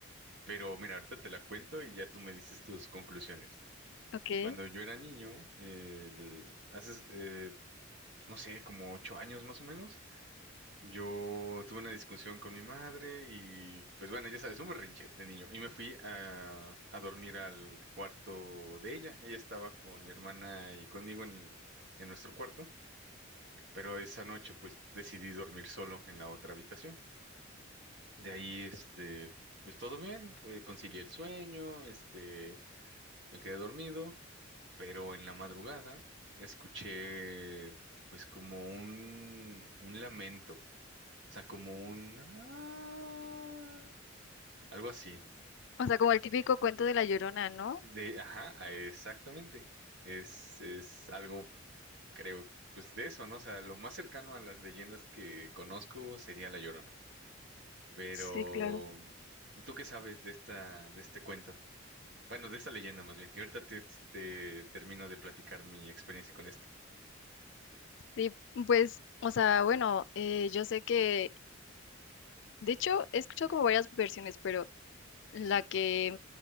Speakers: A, on the right (about 60°); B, on the left (about 65°).
A: pero mira, ahorita te la cuento y ya tú me dices tus conclusiones.
B: ok.
A: Cuando yo era niño, eh, el- hace, eh, no sé, como ocho años más o menos, yo tuve una discusión con mi madre y pues bueno, ya sabes, un berrinche de niño. Y me fui a, a dormir al cuarto de ella. Ella estaba con mi hermana y conmigo en el- en nuestro cuarto, pero esa noche pues decidí dormir solo en la otra habitación. De ahí, este, pues todo bien, eh, concilié el sueño, este, me quedé dormido. pero en la madrugada escuché pues como un, un lamento, o sea, como un "Ah", algo así.
B: O sea, como el típico cuento de la Llorona, ¿no?
A: De, ajá, ah, exactamente. Es, es algo, creo, pues de eso, ¿no? O sea, lo más cercano a las leyendas que conozco sería La Llorona. Pero,
B: Sí, claro.
A: ¿tú qué sabes de esta, de este cuento? Bueno, de esta leyenda más bien. Y ahorita te, te termino de platicar mi experiencia con esto.
B: Sí, pues, o sea, bueno, eh, yo sé que, de hecho, he escuchado como varias versiones, pero La que